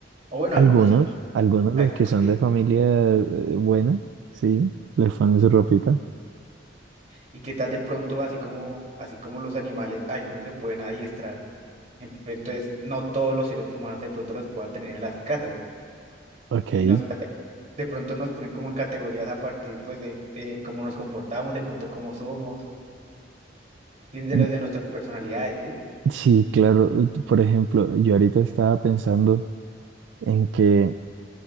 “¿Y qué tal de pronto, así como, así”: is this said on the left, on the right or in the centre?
Right